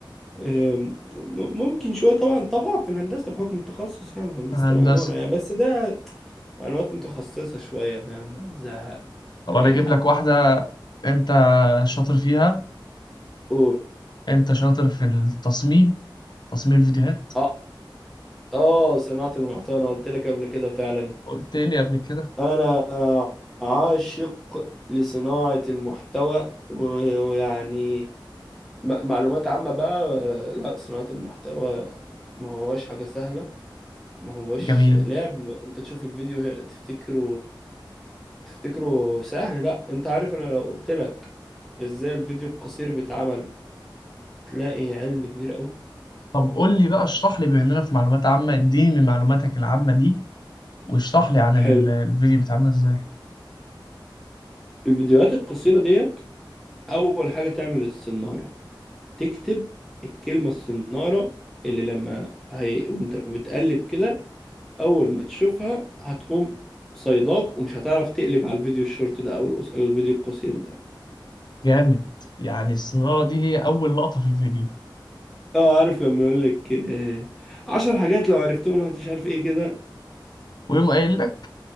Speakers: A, in the centre; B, on the left.
A: آم، ممكن شوية طبعا طبعا في الهندسة بحكم التخصص يعني في هندسة
B: هندسة
A: العمارة يعني بس ده معلومات متخصصة شوية فاهم هتزهق
B: طب أنا
A: أي
B: أجيب
A: حد
B: لك واحدة أنت شاطر فيها
A: قول
B: أنت شاطر في التصميم تصميم الفيديوهات
A: اه اه صناعة المحتوى أنا قلت لك قبل كده فعلا
B: قلت لي قبل كده
A: أنا عاشق لصناعة المحتوى و- ويعني م- معلومات عامة بقى آه، لا صناعة المحتوى ما هواش حاجة سهلة ما هواش
B: جميل
A: لعب انت تشوف الفيديو هي- تفتكره تفتكره سهل لا انت عارف انا لو قلت لك ازاي الفيديو القصير بيتعمل هتلاقي علم كبير قوي
B: طب قول لي بقى اشرح لي بما إننا في معلومات عامة اديني من معلوماتك العامة دي واشرح لي عن ال-
A: حلو
B: الفيديو بيتعمل إزاي
A: الفيديوهات القصيرة ديت أول حاجة تعمل السنارة تكتب الكلمة السنارة اللي لما هي... وانت بتقلب كده أول ما تشوفها هتقوم صيداك ومش هتعرف تقلب على الفيديو الشورت ده أو القص... الفيديو القصير ده
B: جامد يعني السنارة دي هي أول لقطة في الفيديو
A: اه عارف لما يقولك آه، عشر حاجات لو عرفتهم هتش عارف ايه كده
B: ويقوم قايل لك